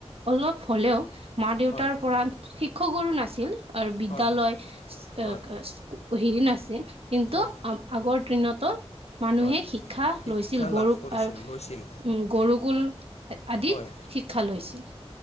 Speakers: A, on the right; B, on the left.
A: অলপ হ'লেও মা দেউতাৰ
B: হয়
A: পৰা শিক্ষা গুৰু নাছিল আৰু বিদ্যালয়
B: হয় হয়
A: অ হেৰি নাছিল। কিন্তু
B: হয়
A: ‌আ আগৰ দিনটো। মানুহে
B: হয়
A: শিক্ষা
B: শিক্ষা
A: লৈছিল গুৰু
B: লাভ কৰিছিল
A: আৰু উম,
B: লৈছিল
A: গুৰু কুল আদিত।
B: হয়
A: শিক্ষা লৈছিল।